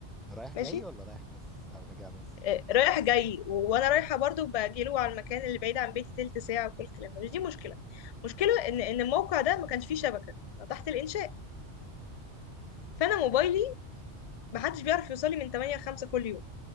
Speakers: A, in the centre; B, on the left.
A: رايح
B: ماشي
A: جاي ولا رايح بس او راجع بس
B: آه، رايح جاي و- وانا رايحه برضو باجي له على المكان اللي بعيد عن بيتي تلت ساعه وكل الكلام ده مش دي مشكله مشكله ان ان الموقع ده ما كانش فيه شبكه تحت الانشاء فانا موبايلي ما حدش بيعرف يوصل لي من 8 ل 5 كل يوم